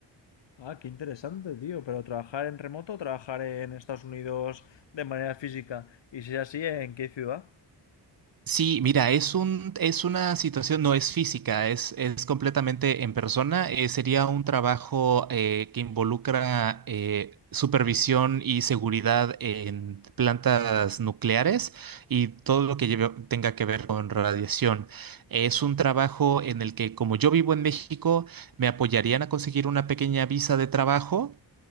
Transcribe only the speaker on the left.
Ah, qué interesante, tío. Pero trabajar en remoto, o trabajar en Estados Unidos de manera física. Y si es así, ¿en qué ciudad?